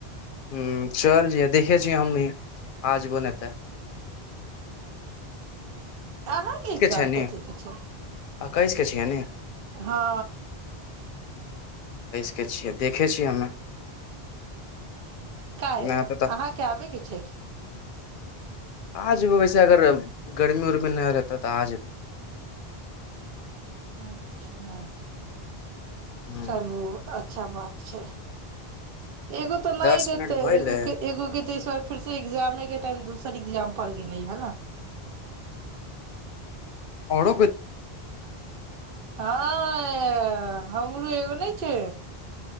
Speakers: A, on the left (about 60°); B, on the right (about 65°).
A: ह चल ज देखै छीिय हम भी आजबो नहि तऽ
B: अहाँके एक्जाम
A: छै ने
B: कथी के छै
A: एकैस के छियै ने
B: हँ
A: देखै छियै देखै छियै हमे
B: क
A: नहि होतै तऽ
B: अहाँके आबै के छै की
A: आजमे वैसे अगर गर्मी उर्मी नहि रहता तऽ आजमे
B: अच्छा
A: हूँ
B: चलू अा अच्छा बात छै एगो तऽ नहि
A: दस
B: देतै
A: मिनट भइले
B: एग के एगो के तऽस बार फेर से एग्जाम दोसर ए्जाम पर गेले हे ने
A: अर
B: हँ ह ब्लू एगो नहि छै